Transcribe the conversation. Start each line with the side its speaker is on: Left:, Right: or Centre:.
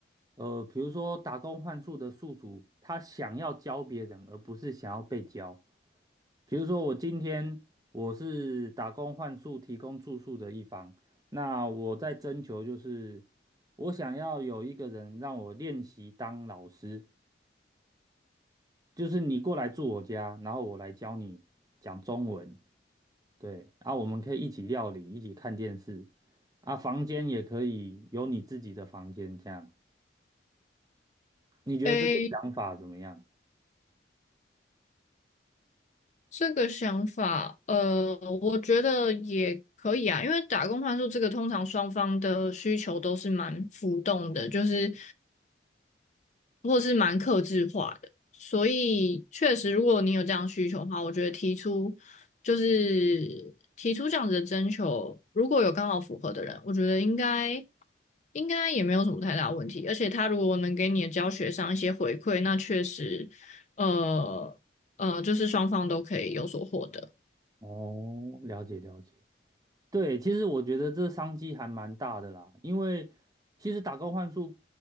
Right: 呃，比如说打工换宿的宿主，他想要教别人，而不是想要被教？比如说我今天我是打工换宿提供住宿的一方，那我在征求就是我想要有一个人让我练习当老师，就是你过来住我家，然后我来教你讲中文。对，啊，我们可以一起料理，一起看电视，啊，房间也可以有你自己的房间，这样，你觉得这个想法怎么样？
Left: 诶，这个想法，呃，我觉得也可以啊，因为打工换宿这个通常双方的需求都是蛮浮动的，就是或是蛮克制化的，所以确实，如果你有这样需求的话，我觉得提出就是提出这样子的征求，如果有刚好符合的人，我觉得应该应该也没有什么太大问题，而且他如果能给你的教学上一些回馈，那确实，呃呃，就是双方都可以有所获得。
Right: 哦，了解了解。对，其实我觉得这商机还蛮大的啦，因为其实打工换宿